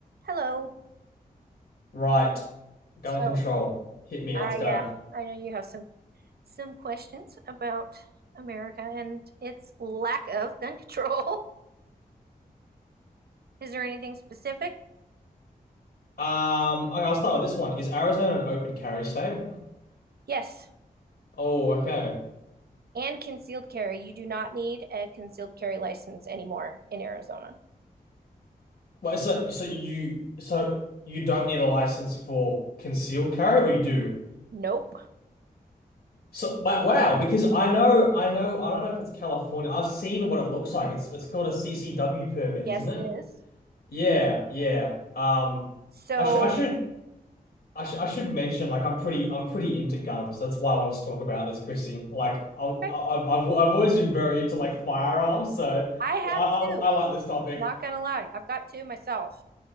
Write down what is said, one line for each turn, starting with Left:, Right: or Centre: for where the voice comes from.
Right: Hello.
Left: Right. Gun
Right: So,
Left: control. Hit me.
Right: uh,
Left: Let's go.
Right: yeah, I know you have some some questions about America and its lack of gun control. <laughs> Is there anything specific?
Left: Um, okay, I'll start with this one. Is Arizona an open carry state?
Right: Yes,
Left: Oh, okay.
Right: and concealed carry. You do not need a concealed carry license anymore in Arizona.
Left: Well, so so you so you don't need a license for concealed carry, or you do?
Right: Nope.
Left: So wa- wow, because I know I know I don't know if it's California. I've seen what it looks like. It's it's called a CCW permit,
Right: Yes,
Left: isn't it?
Right: it is.
Left: Yeah, yeah. Um,
Right: So,
Left: I should I should I, sh I should mention like I'm pretty I'm pretty into guns. That's why I want to talk about this, Chrissy. Like I'm,
Right: okay.
Left: I- I've I've I've always been very into like firearms, so
Right: I have
Left: I I,
Right: two.
Left: I like this topic.
Right: Not gonna lie, I've got two myself.